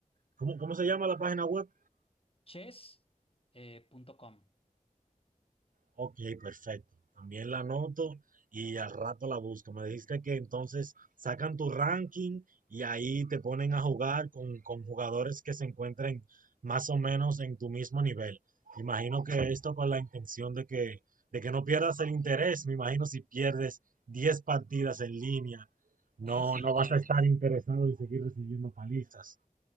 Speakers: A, on the right (about 75°); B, on the left (about 40°).
A: ¿Cómo, cómo se llama la página web?
B: Chess eh, punto com.
A: Ok, perfecto. También la anoto y al rato la busco. Me dijiste que entonces sacan tu ranking y ahí te ponen a jugar con, con jugadores que se encuentren más o menos en tu mismo nivel. Imagino que esto con la intención de que, de que no pierdas el interés. Me imagino si pierdes 10 partidas en línea, no,
B: <laughs> Sí,
A: no
B: claro.
A: vas a estar interesado en seguir recibiendo palizas.